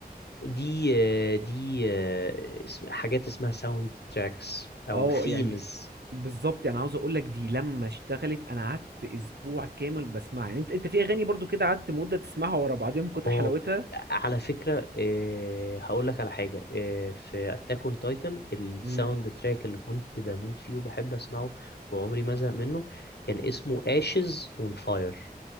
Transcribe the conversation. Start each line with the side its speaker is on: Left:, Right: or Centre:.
Left: دي دي آه، اسم حاجات اسمها ساوند تراكس أو
Right: اه
Left: ثيمز
Right: يعني بالظبط يعني عاوز اقول لك دي لما اشتغلت انا قعدت اسبوع كامل بسمعها يعني انت انت في اغاني برضو كده قعدت مده تسمعها ورا بعضيها من كتر
Left: اه
Right: حلاوتها
Left: على فكرة إيه هقول لك على حاجة إيه في اتاك اون تايتن الساوند
Right: مم.
Left: تراك اللي كنت بموت فيه وبحب اسمعه وعمري ما ازهق منه كان اسمه ashes on fire